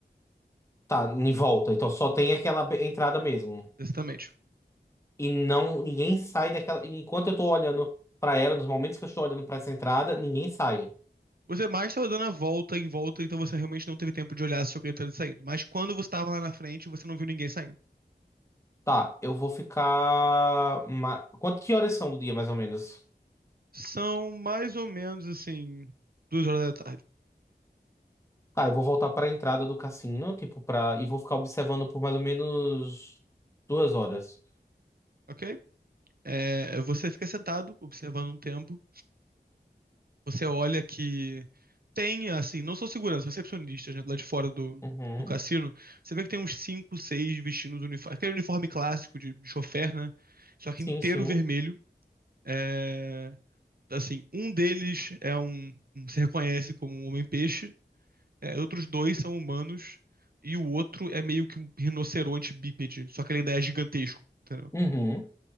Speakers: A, on the left (about 15°); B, on the right (about 60°).
A: Tá, em volta. Então só tem aquela be- entrada mesmo.
B: exatamente.
A: E não, ninguém sai daquela. Enquanto eu tô olhando pra ela, nos momentos que eu estou olhando pra essa entrada, ninguém sai.
B: Você mais estava dando a volta em volta, então você realmente não teve tempo de olhar se alguém estava saindo. Mas quando você estava lá na frente, você não viu ninguém saindo.
A: Tá, eu vou ficar. ma- Quanto que horas são do dia, mais ou menos?
B: São mais ou menos, assim, duas horas da tarde.
A: Tá, eu vou voltar pra entrada do cassino, tipo, pra. E vou ficar observando por mais ou menos duas horas.
B: ok? É, você fica sentado, observando um tempo. Você olha que tem, assim, não são seguranças, recepcionistas, né, lá de fora do,
A: Uhum.
B: do cassino. Você vê que tem uns cinco, seis vestindo os uniformes. Aquele uniforme clássico de, de chofer, né? Só que
A: Sim,
B: inteiro
A: sim.
B: vermelho. É, assim, um deles é um, um- se reconhece como um homem-peixe. é, outros dois são humanos. E o outro é meio que um rinoceronte bípede, só que ele ainda é gigantesco, entendeu?
A: Uhum.